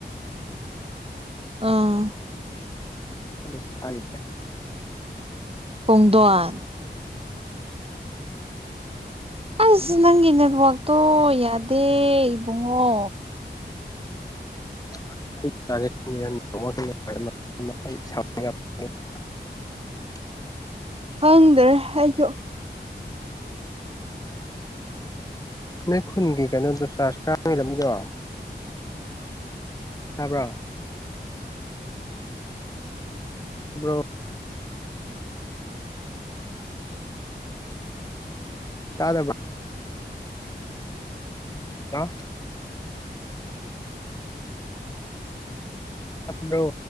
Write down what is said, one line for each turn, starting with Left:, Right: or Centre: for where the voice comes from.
Right: ꯑꯥ
Left: ꯑꯗ ꯁꯔ
Right: ꯄꯨꯡꯗꯋꯥꯟ ꯑꯩꯁ ꯅꯪꯒꯤ ꯅꯠꯕꯥꯛꯇꯣ ꯌꯥꯗꯦ ꯏꯕꯨꯡꯉꯣ
Left: <unintelligible> <unintelligible>
Right: ꯍꯪꯗ꯭ꯔꯦ ꯑꯩꯁꯨ
Left: ꯅꯪ ꯈꯨꯟꯒꯤ ꯀꯩꯅꯣꯗꯣ ꯆꯥꯔꯖ ꯀꯥꯕꯤꯔꯝꯃꯤꯗꯣ ꯍꯥꯕ꯭ꯔꯣ ꯭ꯔꯣ ꯆꯂꯦ ꯀ ꯊꯝꯕ꯭ꯔꯣ